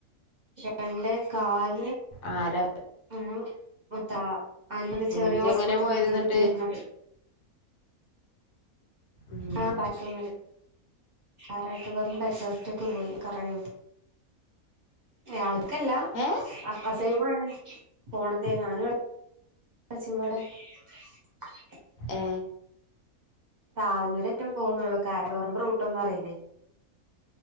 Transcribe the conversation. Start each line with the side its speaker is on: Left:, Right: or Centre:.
Right: രണ്ട് കാല്
Left: ആര
Right: ആഹ <inaudible> മത്താ അനബന് ചെറിയോ
Left: ഇജ്ജെങ്ങനെ
Right: സ്കൂളത്തെ
Left: പോയത്
Right: മീറ്റിംഗ
Left: എന്നിട്ട്
Right: തീർന്നത്
Left: ഉം
Right: ആഹ പക്ക പാരാട്ട് വ <unintelligible> പറ്ററ്റക്ക പോയി കറയോ അവർക്കല്ല
Left: ഏ
Right: സൈാണ് പോണത്തെ ഞാനടെ <unintelligible>
Left: ഏ
Right: ചാവനൂരറ്റം പോകുന്നുള്ളൂ കാര കുറമ്പ്രൂട്ടൊന്നും അറിയില്ലേ